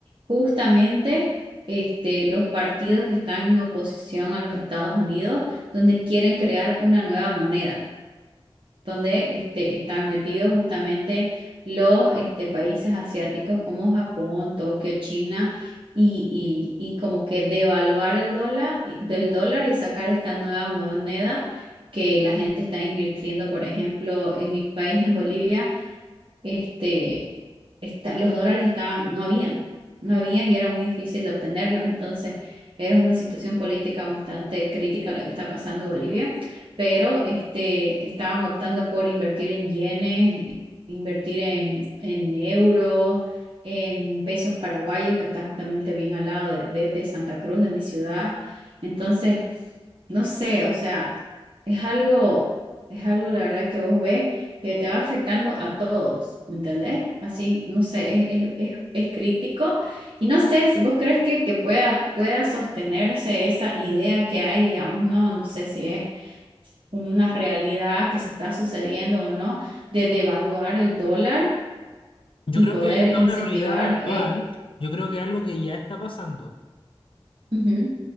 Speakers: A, on the right (about 60°); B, on the left (about 60°).
A: justamente este, los partidos que están en oposición a los Estados Unidos, donde quieren crear una nueva moneda donde este, están metidos justamente los este, países asiáticos como Japón, Tokio, China, y, y, y como que devaluar el dólar, del dólar y sacar esta nueva moneda que la gente está invirtiendo, por ejemplo, en mi país, en Bolivia este, esta- los dólares estaban, no habían, no habían y era muy difícil de obtenerlos. Entonces, era una situación política bastante crítica la que está pasando Bolivia, pero este, estaban optando por invertir en yenes, invertir en, en euros, en pesos paraguayos, que está justamente bien al lado de, de de Santa Cruz, de mi ciudad. Entonces, no sé, o sea, es algo, es algo la verdad que vos ves que te va afectando a todos, ¿me entendés? Así, no sé, es, es, es, es crítico y no sé si vos crees que, que pueda, pueda sostenerse esa idea que hay, digamos, no, no sé si es una realidad que se está sucediendo o no, de devaluar el dólar
B: Yo
A: y
B: creo
A: poder
B: que es
A: incentivar,
B: una realidad actual,
A: eh,
B: yo creo que es algo que ya está pasando.
A: ujú,